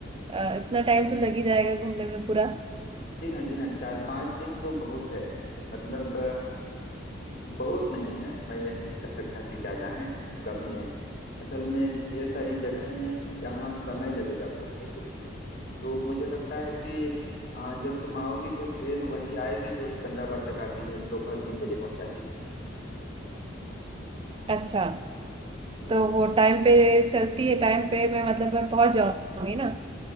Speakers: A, on the right; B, on the left.
A: अ, इतना टाइम तो लग ही जाएगा घूमने में पूरा
B: जी हाँ जी हाँ चार पांच दिन तो बहुत है मतलब अ, बहुत नहीं है मैं यह नहीं कह सकता कि ज्यादा है कम ही है असल में ढेर सारी जगहें हैं जहाँ समय लगेगा घूमने के लिए तो मुझे लगता है कि आ, जब तुम आओगी तो ट्रेन वही आएगी जो सिकंदराबाद तक आती है दोपहर तीन बजे पहुंचाती है
A: अच्छा
B: तो
A: तो वो टाइम पे चलती है टाइम पे मैं मतलब मैं पहुंच जाऊंगी ना